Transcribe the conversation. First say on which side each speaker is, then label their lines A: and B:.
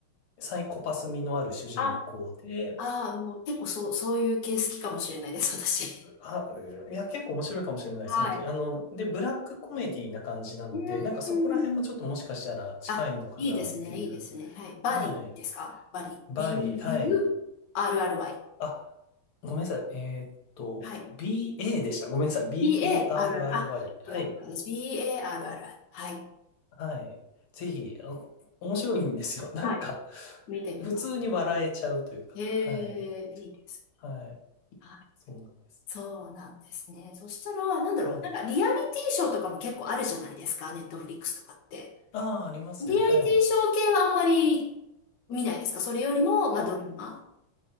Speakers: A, on the left (about 75°); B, on the left (about 60°).
A: サイコパス味のある主人公で、
B: あ、ああ、もう結構そう、そういう系好きかもしれないです、私。
A: あ、いや、結構面白いかもしれないです、
B: はい。
A: 本当に。あの、で、ブラックコメディな感じなので、
B: うーん。
A: なんかそこら辺もちょっともしかしたら近いのかなっていう。
B: あ、いいですね、いいですね。はい。バディですかバディ。
A: はい。バリー、
B: B-U-R-R-Y。
A: はい。あ、ごめんなさい。えーっと、
B: はい。
A: BA でした。ごめんなさい。BARRY。
B: B-A-R-R。あ、了解です。
A: はい。
B: B-A-R-R。はい。
A: はい。ぜひ、あの面白いんですよ。<laughs> なんか、
B: はい。見てみます。
A: 普通に笑えちゃうというか。
B: はい、へえ、
A: はい。
B: いいです。
A: はい。
B: はい。
A: そうなんです。
B: そうなんですね。そしたら、なんだろう。
A: はい。
B: なんか、リアリティショーとかも結構あるじゃないですか。ネットフリックスとかって。
A: ああ、ありますね。
B: リアリティショー系はあんまり見ないですかそれよりも、
A: はい。
B: まあ、
A: あ、
B: ドラマ。